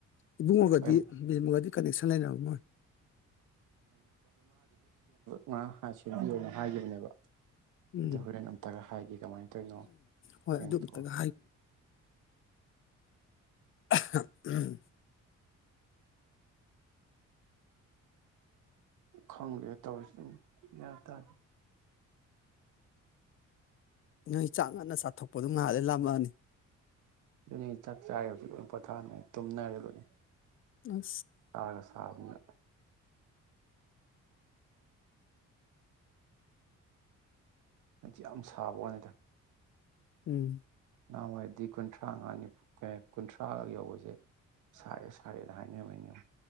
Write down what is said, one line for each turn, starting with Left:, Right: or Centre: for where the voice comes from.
Left: ꯏꯕꯨꯡꯉꯒꯗꯤ
Right: ꯍꯣꯏ
Left: ꯃꯗꯤ ꯀꯅꯦꯦꯛꯁꯟ ꯁꯥꯏꯅꯕ ꯃꯣꯏ
Right: ꯉꯕꯤ ꯍꯥꯏꯈꯤꯕꯅꯦꯕ
Left: ꯎꯝ
Right: ꯑꯗꯨꯒ ꯑ ꯍꯣꯔꯦꯟ ꯑꯝꯇꯒ ꯍꯥꯏꯒꯦ ꯀꯃꯥꯏꯅ ꯇꯧꯔꯤꯅꯣ
Left: ꯍꯣꯏ
Right: ꯌꯦꯡꯇꯣꯛꯑꯣ
Left: ꯑꯗꯨ ꯑꯝꯇꯒ <unintelligible> ꯎꯝ
Right: ꯈꯪ꯭ꯔꯦ ꯇ ꯌꯥ ꯇ
Left: ꯅ ꯆꯥꯡꯉꯅ ꯁꯥꯊꯣꯛ ꯄꯗꯨ ꯉꯍꯜꯂꯦ ꯂꯥꯝꯃꯛꯑꯅꯤ
Right: ꯑꯗꯨꯅꯤ ꯆꯥꯛ ꯆꯥ ꯍꯧ ꯄꯣꯊꯥꯅꯦ ꯇꯨꯝꯅꯔꯦ ꯂꯣꯏꯅ
Left: ꯑ
Right: ꯇꯥꯒ ꯁꯥꯕꯅ ꯍꯥꯏꯗꯤ ꯌꯥꯝ ꯁꯥꯕꯗ
Left: ꯎꯝ
Right: ꯎ ꯍꯥꯏꯗꯤ ꯀꯨꯟꯊ꯭ꯔꯥꯅꯤ ꯀꯨꯟꯊ꯭ꯔꯥ ꯊꯔꯥꯔꯒ ꯌꯧꯕꯁꯦ ꯁꯔꯦ ꯁꯔꯦ ꯂ ꯍꯥꯏꯥꯏꯅꯤ ꯍꯅꯤ